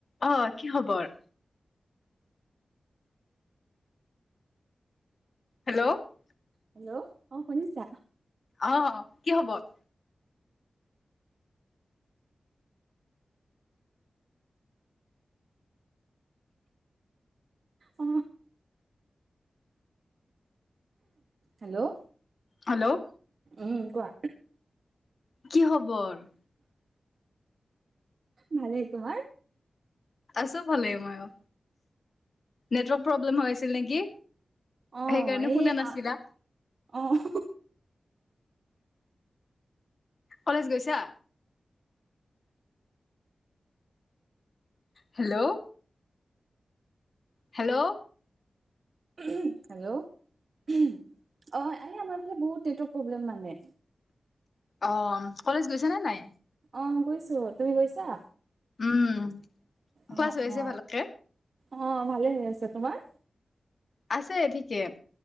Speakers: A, on the left (about 50°); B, on the right (about 60°).
A: অ', কি খবৰ? হেল্ল' অ
B: হেল্ল' অ', শুনিছা?
A: অ', কি খবৰ?
B: অ হেল্ল'
A: হেল্ল'
B: উম, কোৱা।
A: কি খবৰ?
B: ভালে তোমাৰ?
A: আছোঁ ভালেই ময়ো, নেটৱৰ্ক প্ৰব্লেম হৈ আছিল নেকি?
B: অ',
A: সেইকাৰণে
B: এই
A: শুনা নাছিলা
B: আ, অ',
A: কলেজ গৈছা? হেল্ল' হেল্ল'
B: হেল্ল' অ', আৰু আমাৰ ফালে বহুত নেটৰ্ক প্ৰব্লেম মানে।
A: অ কলেজ গৈছা নে নাই
B: অ', গৈছো তুমি গৈছা?
A: উম, ক্লাছ
B: অ
A: হৈ আছে
B: অ
A: ভালকে?
B: অ', ভালে হৈ আছে তোমাৰ?
A: আছে ঠিকে,